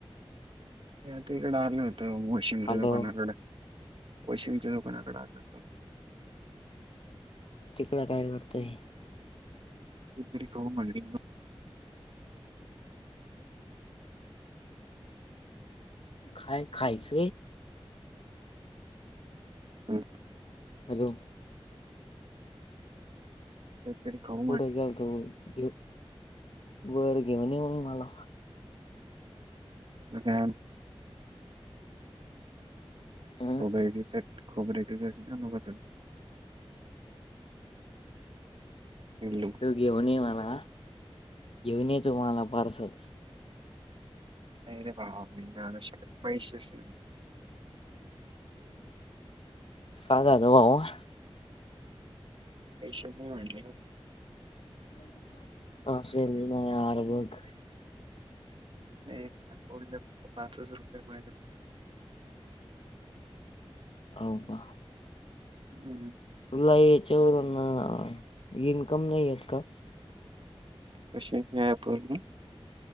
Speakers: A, on the right (about 60°); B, on the left (about 70°).
A: आता इकडे आले होत मशिमच्या
B: हॅलो
A: दुकानाकडे. कोशिमच्या दोकानाकडे आलं.
B: तिकड काय करतोय?
A: <unintelligible>
B: खाय खास
A: हा
B: हॅलो
A: <unintelligible>
B: कठे घेऊ तो घे वर घेऊन येऊ मला.
A: अ
B: अ
A: खोबऱ्याची चट खोबऱ्याची चटक. हलु
B: तू घेऊन ये मला घेऊन ये तू मला पार्सल.
A: नाही रे भावा पैसेच नाहीत.
B: काय झालं भावा?
A: पस नाही म्हटलं.
B: च्छ <unintelligible>
A: नाही अं फक् पाचच रुपये माझे.
B: हो का?
A: हम् ह
B: तुला याच्यावरून इन्कम नाही आहेत का?
A: कशावरून?